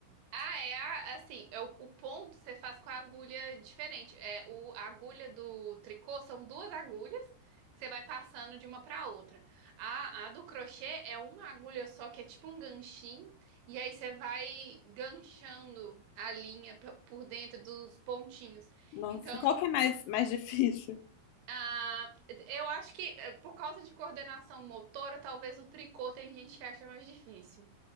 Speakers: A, on the right; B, on the left.
A: Ah, é a- assim, é o, o ponto você faz com a agulha diferente. É o, a agulha do tricô são duas agulhas que você vai passando de uma para outra. A, a do crochê é uma agulha só que é tipo um ganchinho e aí você vai ganchando a linha pra- por dentro dos pontinhos.
B: <laughs> Nossa,
A: Então,
B: qual que é mais, mais difícil?
A: ah, eu acho que eh, por causa de coordenação motora, talvez o tricô tem gente que acha mais difícil.